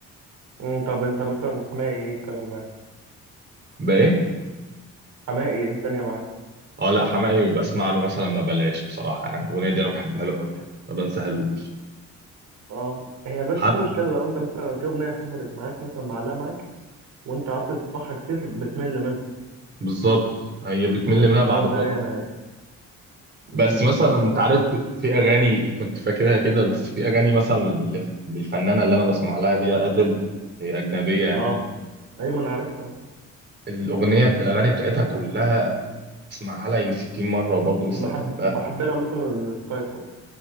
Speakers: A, on the right; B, on the right.
A: امم طب انت مثلا حماقي ايه الكلام معاك
B: بقى ايه
A: حماقي ايه الدنيا معاك
B: اه لا حماقي بسمع له مثلا ما بلاش بصراحه يعني الاغنيه دي انا بحبها له قوي يعني ما بنساهالوش
A: اه هي بس
B: حق
A: في مشكله لو انت مثلا في اغنيه سافرت معاك مثلا معلقه معاك وانت قعدت تسمعها كتير بتمل منها
B: بالظبط هي بتمل
A: بحس
B: منها
A: الحوار
B: بعد
A: ده
B: فتره
A: ياما يعني
B: بس
A: امم
B: مثلا
A: بصراحه
B: انت عارف في في اغاني كنت فاكرها كده بس في اغاني مثلا لل- للفنانه اللي انا بسمع لها اللي هي ادل هي اجنبيه يعني
A: اه ايوه ما انا عارفها آه.
B: الاغنيه الاغاني بتاعتها كلها بسمعها لها يجي 60 مره وبرضه
A: بحب
B: لسه بحبها
A: بحب لها مثلا سكاي فول